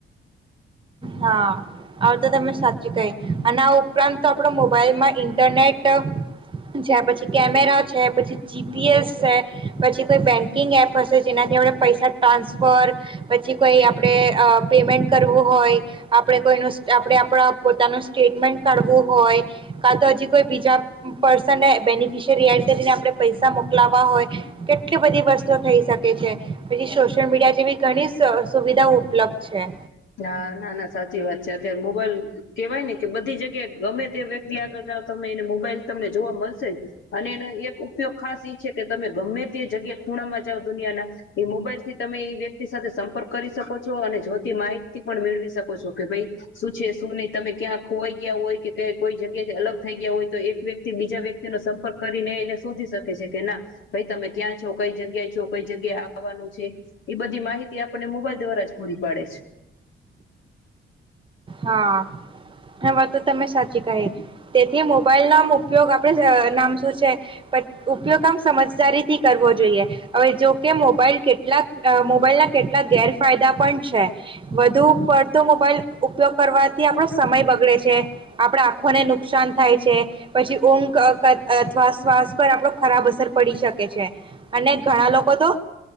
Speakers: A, on the right; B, on the left.
A: હા આવ તો તમે સાચી કહી અને આ ઉપરાંત તો આપણ મોબાઈલમાં ઇન્ટરનેટ છે પછી કેમેરા છે પછી જીપીએસ છે પછી કોઈ બેંકિંગ એપ હશે જેનાથી આપણે પૈસા ટ્રાન્સફર પછી કોઈ આપણે પેમેન્ટ કરવું હોય. આપે કોઈ આપણે આપ પોતાનું સ્ટેટમેન્ટ કાઢવું હોય કા તો હજી કોઈ બીજા પર્સન બેનિફિયરી કરીને આપણે પૈસા મોકલાવા હોય કેટલી બધી વસ્તુ થઈ શકે છે પછી સોશિયલ મીડિયા જેવી ઘણી સુવિધાઓ ઉપલબ્ધ છે.
B: હા, ના, ના સાચી વાત છે અત્યારે મોબાઈલ કેવાય ને કે બધી જગ્યાએ ગમે તે વ્યક્તિ આગળ જાઓ તમે એને મોબાઈલ તમને જોવા મળશે અને એનો એક ઉપયોગ ખાસ ઈ છે કે તમે ગમે તે જગ્યાએ પૂણા મજાઓ દુનિયા ના એ મોબાઈલ થી તમે એ વ્યક્તિ સાથે સં કરી શકો છો અને જો તે મા પણ મેળવી શકો છો કે ભાઈ શું છે શું નહી તમે ક્યાં ખોવાઈ ગયા હોય કે કોઈ જગ્યાથી અલગ થઈ ગયા હોય તો એક વ્યક્તિ બીજા વ્યક્તિ ન સંપર્ક કરીને એને શોધી શકે છે કે ના ભાઈ તમે ક્યાં છો કઈ જગ્યાએ છો કઈ જગ્યાએ આવવાનું છે એ બધી માહિતી આપને મોબાઈલ દ્વારા જ પૂરી પાડે છે
A: હા, આ વાત તો તમે સાચી કહી તેથી મોબાઈલનો આમ ઉપયોગ આપણે નામ શું છે ઉપયોગ આમ સમજદારી થી કરવો જોઈએ, હવે જોકે મોબાઈલ કેટલા મોબાઈલ ના કેટલા ગેરફાયદા પણ છે વધુ પડતો મોબાઈલ ઉપયોગ કરવાથી આપણો સમય બગડે છે, આપણા આંખોને નુકસાન થાય છે, પછી ઊંઘ અથવા શ્વાસ પર આપણો ખરાબ અસર પડી શકે છે, અને ઘણા લોકો તો